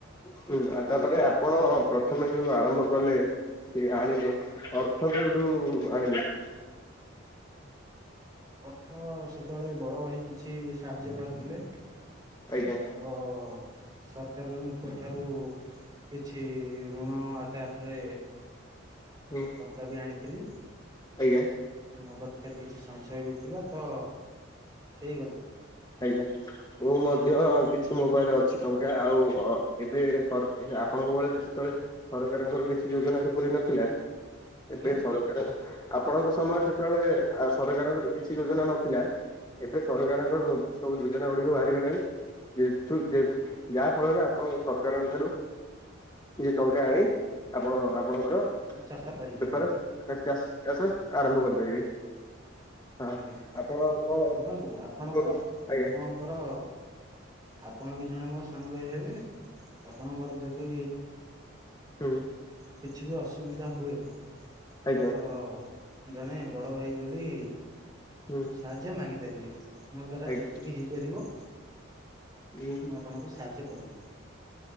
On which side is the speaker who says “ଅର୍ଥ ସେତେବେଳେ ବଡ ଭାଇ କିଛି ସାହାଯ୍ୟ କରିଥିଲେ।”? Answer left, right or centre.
Right